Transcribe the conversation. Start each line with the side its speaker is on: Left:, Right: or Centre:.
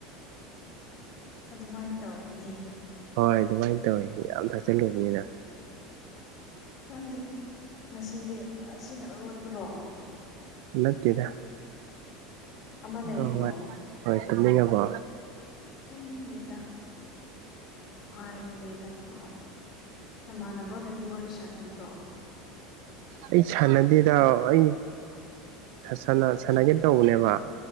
Left: ꯎꯝ ꯑꯗꯨꯃꯥꯏꯅ ꯇꯧꯕꯅꯦ
Right: ꯍꯣꯏ ꯑꯗꯨꯃꯥꯏꯅ ꯇꯧꯏ ꯃꯌꯥꯝ ꯊꯛꯆꯜꯂꯨꯕꯅꯤꯅ
Left: ꯈꯪꯗꯦ ꯉꯁꯤꯗꯤ ꯑꯁꯤꯅ ꯑꯔꯣꯏꯕꯔꯣ
Right: ꯅꯠꯇꯦꯗ
Left: ꯑꯃ
Right: <unintelligible>
Left: ꯂꯩꯔꯤꯕꯣ
Right: ꯍꯣꯏ ꯇꯨꯝꯅꯤꯡꯉꯕꯣ
Left: ꯇꯨꯝꯅꯤꯡꯗꯦꯗ ꯑꯗꯨꯝ ꯍꯥꯏꯕꯅꯦꯗ ꯍꯣꯏ ꯅꯃꯥꯟꯅꯕꯒꯗꯤ ꯋꯥꯔꯤ ꯁꯥꯟꯅꯗ꯭ꯔꯣ
Right: ꯑꯩ ꯁꯥꯟꯅꯗꯦꯗ ꯑꯩ ꯁꯥꯅ ꯁꯥꯟꯅꯒꯦ ꯇꯧꯕꯅꯦꯕ